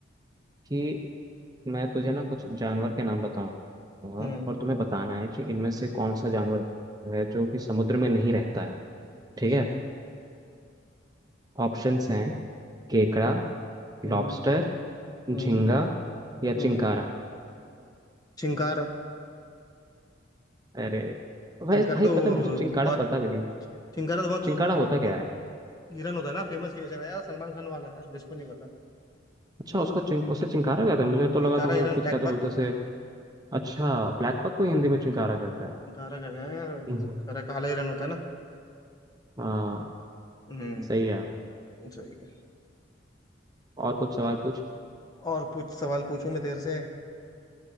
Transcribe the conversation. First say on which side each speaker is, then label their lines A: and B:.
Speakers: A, on the right; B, on the left.
A: कि मैं तुझे ना कुछ जानवर के नाम बताऊंगा
B: हम्म
A: और तुम्हें बताना है कि इनमें से कौन सा जानवर है जो कि समुद्र में नहीं रहता है
B: ठीक
A: ठीक है
B: है
A: ऑप्शंस हैं केकड़ा
B: हम्म
A: लॉबस्टर
B: हम्म
A: झींगा या चिंकारा
B: हम्म चिंकारा
A: अरे भाई
B: चिंकारा
A: भाई
B: तो वो
A: पता है मुझे चिंकारा
B: बहुत
A: पता भी नहीं
B: चिंकारा तो बहुत वो
A: चिंकारा होता क्या
B: हि-
A: है
B: हिरन होता है ना फेमस केस है ना यार सलमान खान वाला यार जिसको नहीं पता
A: अच्छा उसको चिंक उसे चिंकारा कहते हैं मुझे तो
B: चिंकारा
A: लगा था वो
B: हिरन
A: कुछ
B: ब्लैक
A: क्या तो बोलते
B: बक
A: से अच्छा ब्लैक बक को ही हिंदी में चिंकारा कहते हैं
B: चिंकारा कहते हैं यार I
A: हम्म,
B: guess, उसका काला हिरन होता है ना
A: हाँ
B: हम्म
A: सही है
B: सही है
A: और कुछ सवाल पूछ
B: और पूछ सवाल पूछूं मैं तेरे से